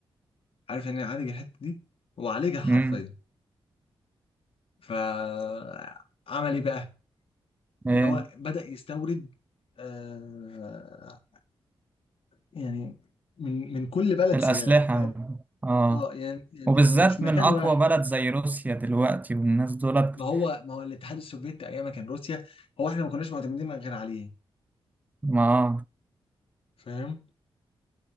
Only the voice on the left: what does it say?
عارف يعني إيه عالج الحته دي هو عالجها حرفيا
فعمل ايه بقى
اللي هو بدأ يستورد آه، يعني من من كل بلد
سلاح فاهم
اه يعني يعني
يعني مش مكان
واحد
ما هو ما هو الاتحاد السوفيتي ايام ما كان روسيا هو احنا ما كناش معتمدين غير عليه
فاهم